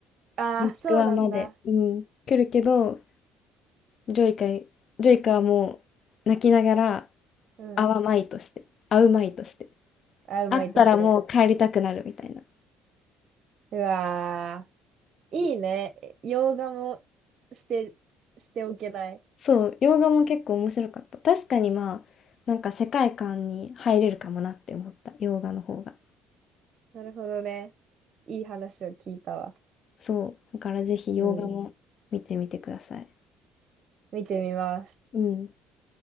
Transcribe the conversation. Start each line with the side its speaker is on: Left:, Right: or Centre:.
Right: ああ、
Left: モスクワまで、
Right: そうなんだ。
Left: うん、来るけど、ジョイカ、ジョイカはもう泣きながら、
Right: うん。
Left: 会わまいとして、会うまいとして、
Right: あうまいとして。
Left: 会ったらもう帰りたくなるみたいな。
Right: うわー。いいね。え洋画も捨て、捨ておけない。
Left: そう、洋画も結構面白かった。確かにまあ、なんか世界観に入れるかもなって思った、洋画の方が。
Right: なるほどね。いい話を聞いたわ。
Left: そう、だからぜひ洋画も見てみてください。
Right: うん。見てみます。
Left: うん。